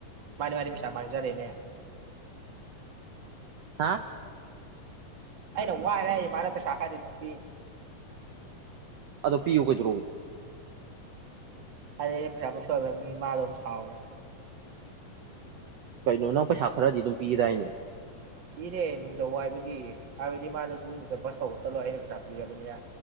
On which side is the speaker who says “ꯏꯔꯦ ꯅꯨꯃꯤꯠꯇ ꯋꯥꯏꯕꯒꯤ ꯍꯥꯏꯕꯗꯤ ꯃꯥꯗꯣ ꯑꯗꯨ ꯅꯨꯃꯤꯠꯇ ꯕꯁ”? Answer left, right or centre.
Right